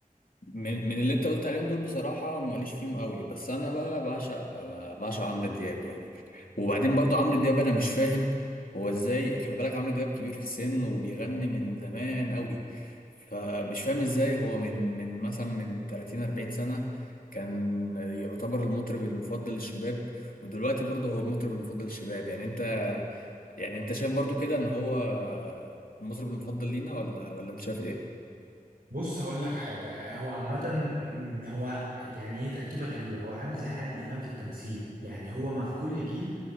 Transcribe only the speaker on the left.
من من اللي انت قلت عليهم دول بصراحة ماليش فيهم قوي بس انا بقى بعشق بعشق عمرو دياب يعني وبعدين برضو عمرو دياب انا مش فاهم هو ازاي خلي بالك عمرو دياب كبير في السن وبيغني من زمان قوي فمش فاهم ازاي هو من من مثلا من 30 40 سنة كان يعتبر المطرب المفضل للشباب ودلوقتي برضه هو المطرب المفضل للشباب يعني انت يعني انت شايف برضو كده ان هو المطرب المفضل لينا ولا ولا انت شايف إيه؟